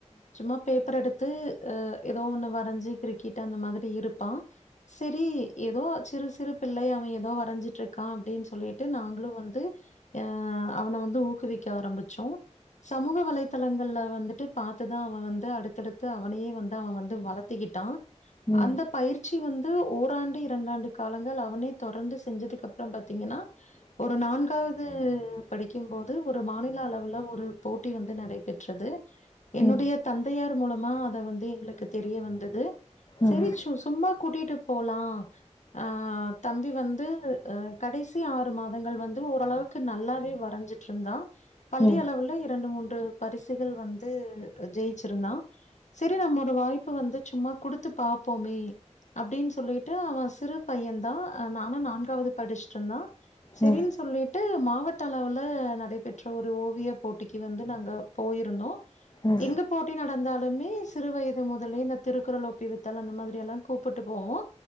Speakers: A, on the left; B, on the left.
A: சும்மா பேப்பர் எடுத்து அ எதோ ஒண்ணு வரஞ்சி கிரிக்கிட்டு அந்த மாதிரி இருப்பா செரி எதோ சிறு சிறு பிள்ளை அவ எதோ வரஞ்சிட்ருக்கா அப்டின்னு சொல்லீட்டு நாங்களு வந்து அ அவன வந்து ஊக்குவிக்க ஆரம்பிச்சோ சமூக வலைத்தளங்கள்ல வந்துட்டு பாத்துதா அவ வந்து அடுத்தடுத்து அவனையே வந்து அவ வந்து வளத்திக்கிட்டா
B: ம்
A: அந்த பயிற் ச்சி வந்து ஓராண்டு இரண்டாண்டு காலங்கள் அவனே தொடர்ந்து செஞ்சதுக்கப்பறோ பாத்திங்கன்னா
B: ம்
A: ஒரு நான்காவது படிக்கும்போது ஒரு மாநில அளவுல் ஒரு போட்டி வந்து நடைபெற்றது என்னுடைய
B: ம்
A: தந்தையார் மூலமா அத வந்து எங்களுக்கு தெரிய வந்தது
B: ம்
A: செரி சு சும்மா கூட்டீட்டு போலா அ தம்பி வந்து அ கடைசி சி ஆறு மாதங்கள் வந்து ஓரளவுக்கு நல்லாவே வரஞ்சிட்ருந்தா பள்ளி
B: ம் ம்
A: அளவுல இரண்டு மூன்று பரிசுகள் வந்து ஜெயிச்சிருந்தா செரி நம்ம ஒரு வாய்ப்பு வந்து சும்மா குடுத்து பாப்போமே அப்டின்னு சொல்லீட்டு அவ சிறு பையந்தா அ நானு நான்காவது படிச்சிட்டுன்னா செரின்னு
B: ம்
A: சொல்லி ட்டு மாவட்ட அளவுல நடைபெற்ற ஒரு ஓவிய போட்டிக்கு வந்து நாங்க போயிருந்தோ
B: ம் ம்
A: எங்கப் போட்டி நடந்தாலுமே சிறு வயது முதலே இந்த திருக்குறள் ஒப்பிவித்தல் அந்த மாதிரி எல்லா கூப்பிட்டு போவோ